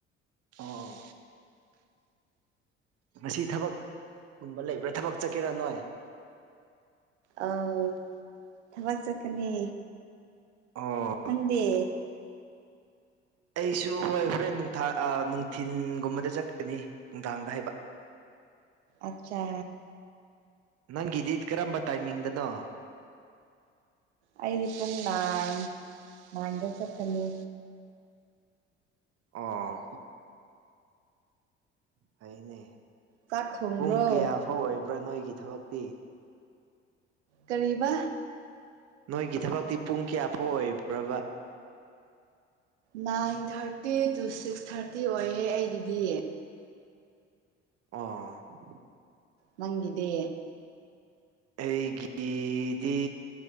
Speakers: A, on the right (about 45°); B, on the right (about 75°).
A: ꯑꯣ ꯃꯁꯤ ꯊꯕꯛꯀꯨꯝꯕ ꯂꯩꯕ꯭ꯔꯥ ꯊꯕꯛ ꯆꯠꯀꯦꯔꯥ ꯅꯣꯏ
B: ꯑꯥꯎ ꯊꯕꯛ ꯆꯠꯀꯅꯤ
A: ꯑꯣ
B: ꯅꯪꯗꯤ
A: ꯑꯩꯁꯨ ꯍꯣꯏ ꯍꯣꯔꯦꯟ ꯅꯨꯡꯊ ꯅꯨꯡꯊꯤꯟ ꯒꯨꯝꯕꯗ ꯆꯠꯀꯅꯤ ꯅꯨꯡꯗꯥꯡꯗ ꯍꯥꯏꯕ
B: ꯑꯆꯥ
A: ꯅꯪꯒꯤꯗꯤ ꯀꯔꯝꯕ ꯇꯥꯏꯃꯤꯡꯗꯅꯣ
B: ꯑꯩꯗꯤ ꯄꯨꯡ ꯅꯥꯏꯟ ꯅꯥꯏꯟꯗ ꯆꯠꯀꯅꯤ
A: ꯑꯣ ꯐꯩꯌꯦꯅꯦ
B: ꯆꯥꯛ ꯊꯣꯡꯕ꯭ꯔꯣ
A: ꯄꯨꯡ ꯀꯌꯥ ꯐꯥꯎ ꯑꯣꯏꯕ꯭ꯔꯥ ꯅꯣꯏꯒꯤ ꯊꯕꯛꯇꯤ
B: ꯀꯔꯤꯕ
A: ꯅꯣꯏꯒꯤ ꯊꯕꯛꯇꯤ ꯄꯨꯡ ꯀꯌꯥꯐꯥꯎ ꯑꯣꯏꯕ꯭ꯔꯕ
B: nine thirty to six thirty ꯑꯣꯏꯌꯦ ꯑꯩꯒꯤꯗꯤ
A: ꯑꯣ
B: ꯅꯪꯒꯤꯗꯤ
A: ꯑꯩꯒꯤꯗꯤ